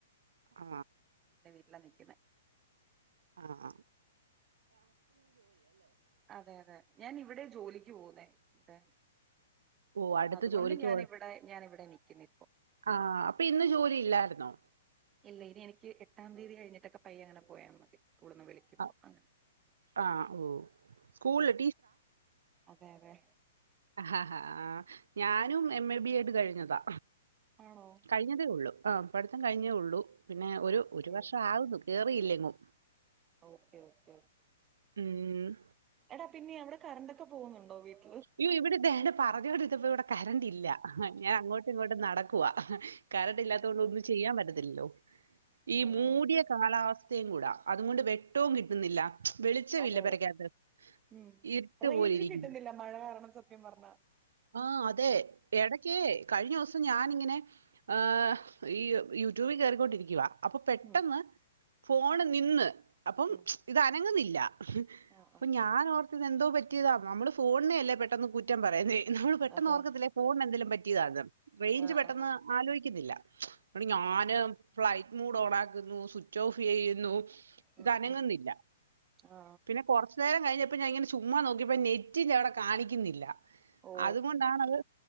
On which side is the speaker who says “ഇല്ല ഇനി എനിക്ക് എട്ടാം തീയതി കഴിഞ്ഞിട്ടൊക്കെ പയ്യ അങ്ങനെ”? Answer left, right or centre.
Right